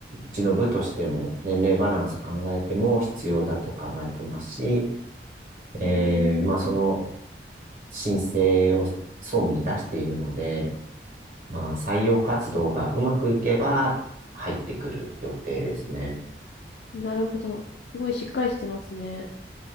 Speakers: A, on the right (about 45°); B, on the left (about 70°).
A: ちの部としても年齢バランス考えても必要だと考えてますし、えー、
B: うーん。
A: まあ、その申請を総務に出しているので、まあ、採用活動がうまくいけば入ってくる予定ですね。
B: なるほど。すごいしっかりしてますね。